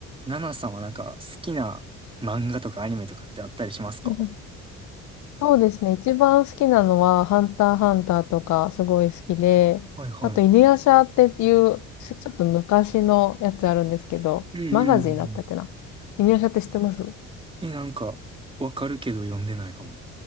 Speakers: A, on the right; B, on the left.
A: ナナさんはなんか好きな漫画とかアニメとかってあったりしますか
B: うんうんそうですね。一番好きなのは、ハンターハンターとか、すごい好きで、
A: はいは
B: あと、犬夜叉っていう、ちょちょっと昔のやつあるんですけど、
A: いうんうんうんう
B: マガジンだったっけな。犬夜叉って知ってますあ、
A: ん。い。え、なんか、わかるけど読んでないかも。